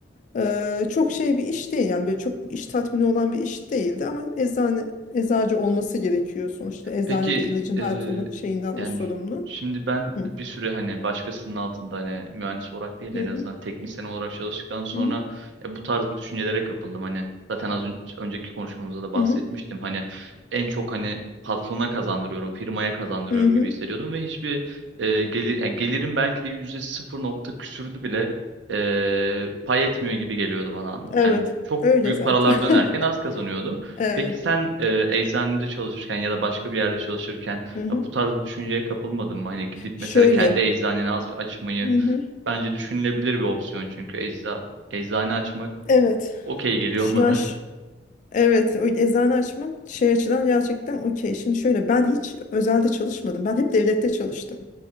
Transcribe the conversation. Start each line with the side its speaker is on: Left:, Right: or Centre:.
Left: Eee, çok şey bir iş değil yani böyle çok iş tatmini olan bir iş değildi ama eczane eczacı olması gerekiyor sonuçta eczanede
Right: Peki
Left: ilacın
Right: eee,
Left: her türlü şeyinden
Right: yani
Left: o sorumlu.
Right: şimdi ben
Left: Hı.
Right: bir süre hani başkasının altında hani mühendis olarak değil
Left: Hı
Right: en
Left: hı,
Right: azından teknisyen olarak çalıştıktan sonra
Left: hı hı,
Right: ya bu tarz bir düşüncelere kapıldım. Hani zaten az ön- önceki konuşmamızda da bahsetmiştim.
Left: hı hı,
Right: Hani en çok hani patrona kazandırıyorum, firmaya kazandırıyorum
Left: hı hı.
Right: gibi hissediyordum ve hiçbir eee, gelir yani gelirim belki de yüzde sıfır nokta küsürdü bile eee, pay etmiyor gibi geliyordu bana.
Left: Evet
Right: Yani çok
Left: öyle
Right: büyük
Left: zaten.
Right: paralar dönerken az
Left: <laughs>
Right: kazanıyordum.
Left: Evet.
Right: Peki sen e, eczanede çalışırken ya da başka bir yerde çalışırken
Left: Hı hı.
Right: ya bu tarz bir düşünceye kapılmadın mı? Hani gidip
Left: Şöyle.
Right: mesela kendi eczaneni aç- açmayı
Left: Hı hı.
Right: bence düşünülebilir bir opsiyon çünkü ecza eczane açmak
Left: Evet.
Right: okey geliyor
Left: Şu
Right: bana.
Left: Yaş. Evet, o eczane açmak şey açıdan gerçekten okey. Şimdi şöyle ben hiç özelde çalışmadım. Ben hep devlette çalıştım.